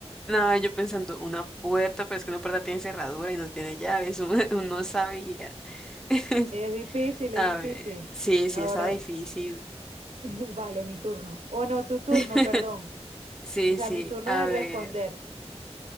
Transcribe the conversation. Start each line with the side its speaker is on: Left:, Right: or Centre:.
Centre: No, yo pensando, una puerta, pero es que una puerta tiene cerradura y no tiene llaves, <laughs> uno, uno sabía. <laughs>
Right: Es difícil, es
Centre: A
Right: difícil.
Centre: ver, sí, sí,
Right: Ahora,
Centre: estaba difícil.
Right: <laughs> vale, mi turno. O no, tu turno,
Centre: <laughs>
Right: perdón.
Centre: Sí,
Right: O sea,
Centre: sí,
Right: mi turno
Centre: a
Right: de responder.
Centre: ver.